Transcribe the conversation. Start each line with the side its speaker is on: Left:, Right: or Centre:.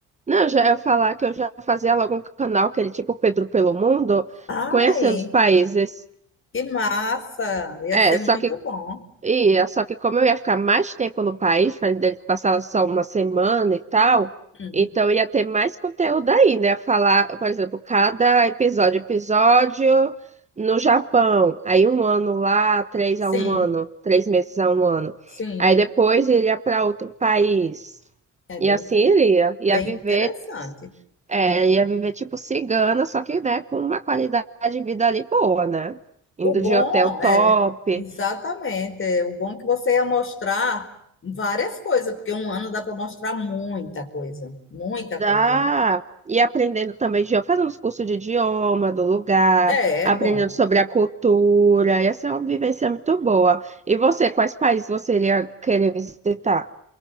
Right: Não, eu já ia falar que eu já fazia logo um canal, aquele tipo Pedro pelo Mundo,
Left: ai,
Right: conhecendo os países.
Left: que massa, ia
Right: É,
Left: ser muito
Right: só que
Left: bom.
Right: Ia, só que como eu ia ficar mais tempo no país, para passar só uma semana e tal,
Left: Hum,
Right: então ia ter mais conteúdo ainda. Ia falar, por exemplo, cada episódio, episódio no Japão, aí um ano lá, três
Left: sim,
Right: a um ano, três meses a um ano.
Left: sim.
Right: Aí depois iria para outro país.
Left: É
Right: E
Left: bem,
Right: assim iria. Ia
Left: bem
Right: viver,
Left: interessante.
Right: é, ia viver tipo cigana, só que né, com uma qualidade de vida ali boa, né? Indo
Left: O bom
Right: de hotel top.
Left: é, exatamente, é, o bom é que você ia mostrar várias coisas, porque um ano dá para mostrar muita coisa, muita
Right: Dá.
Left: coisa. né?
Right: E aprendendo também, de- fazendo os cursos de idioma do lugar,
Left: É,
Right: aprendendo
Left: é bom.
Right: sobre a cultura. Essa é uma vivência muito boa. E você, quais países você iria querer visitar?